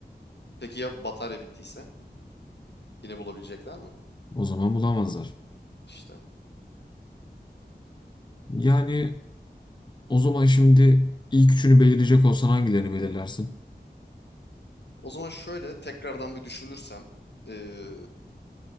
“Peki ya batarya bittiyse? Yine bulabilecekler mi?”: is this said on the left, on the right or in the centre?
Left